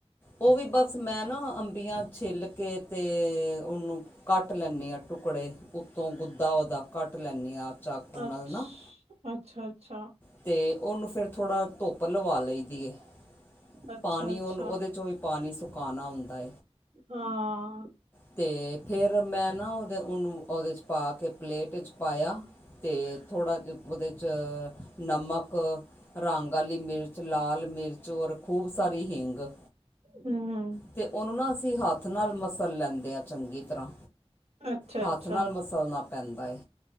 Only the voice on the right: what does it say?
ਅੱਛ
ਅੱਛਾ ਅੱਛਾ।
ਅੱਛਾ
ਅੱਛਾ
ਹਾਂ
ਹੂੰ ਹੂੰ
ਅੱਛਾ
ਅੱਛਾ